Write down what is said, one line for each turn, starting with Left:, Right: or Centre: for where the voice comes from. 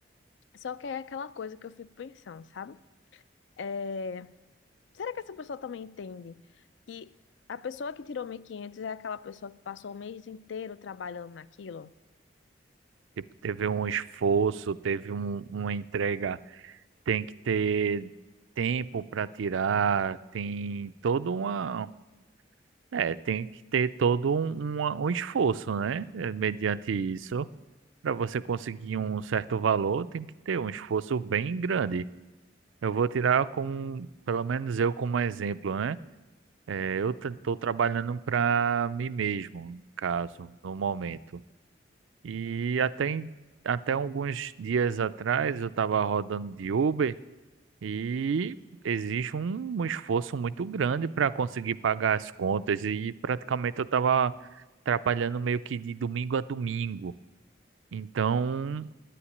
Left: Só que é aquela coisa que eu fico pensando, sabe? É, Será que essa pessoa também entende que a pessoa que tirou 1.500 é aquela pessoa que passou o mês inteiro trabalhando naquilo?
Right: Tipo, teve um esforço, teve um, uma entrega, tem que ter tempo para tirar, tem toda uma, é, tem que ter todo um, uma- um esforço, né? Eh, Mediante isso, para você conseguir um certo valor, tem que ter um esforço bem grande. Eu vou tirar como, pelo menos eu como exemplo, né? É, eu estou trabalhando para mim mesmo, no caso, no momento. E até, em- até alguns dias atrás eu estava rodando de Uber e existe um, um esforço muito grande para conseguir pagar as contas e praticamente eu estava trabalhando meio que de domingo a domingo. Então